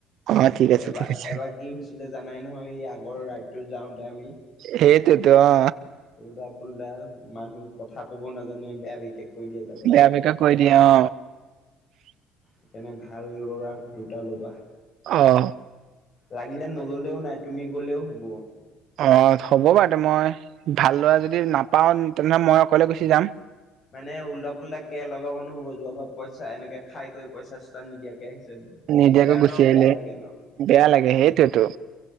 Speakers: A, on the right; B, on the left.
A: অ ঠিক আছে
B: এবাৰ
A: ঠিক আছে
B: - এবাৰ কি হৈছিলে জানাই নহয় এই আগৰ ৰাইডটোত যাওঁতে আমি।
A: সেইটোৱেতো অ,
B: ওলোটা ফুল্দা মানুহ কথা কবও নাজানে বেয়া বিশেষ কৈ দিয়ে জাগে
A: বেয়া
B: তাকে।
A: বেকা কৈ দিয়ে অ
B: সেইকাৰণনে ভাল ল'ৰাৰ দুটা ল'বা।
A: অঁ
B: লাগিলে নললেও নাই তুমি গলেও হ'ব।
A: অ, হ'ব বাৰু দে মই ভাল ল'ৰা যদি নাপাওঁ তেনেহ'লে মই অকলে গুচি যাম।
B: মানে উল্টা পোল্টা কে লগাব নহ'ব যোৱাবাৰ পইচা এনেকে খাই কৰি পইচা চইচা নিদিয়াকে আহিছে।
A: নিদিয়াকৈ
B: দিগদাৰ
A: গুচি
B: ন
A: আহিলে
B: বেয়া লাগে ন।
A: বেয়া লাগে সেইটোৱেতো